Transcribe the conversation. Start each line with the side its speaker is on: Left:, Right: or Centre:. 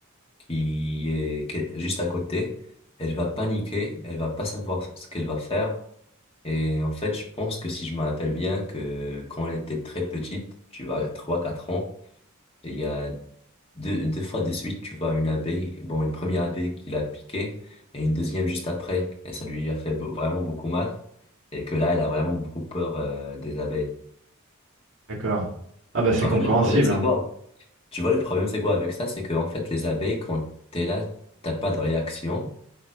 Left: qui est qui est juste à côté, elle va paniquer, elle va pas savoir ce qu'elle va faire, Et en fait, je pense que si je me rappelle bien que quand elle était très petite, tu vois, trois quatre ans, il y a deux, deux fois de suite, tu vois, une abeille, bon, une première abeille qui l'a piqué et une deuxième juste après. Et ça lui a fait v- vraiment beaucoup mal. Et que là, elle a vraiment beaucoup peur, euh, des abeilles.
Right: d'accord. Ah bah c'est
Left: En
Right: compréhensible,
Left: fait, le problème, c'est
Right: hein.
Left: quoi? Tu vois, le problème, c'est quoi avec ça? C'est que, en fait, les abeilles, quand t'es là, t'as pas de réaction.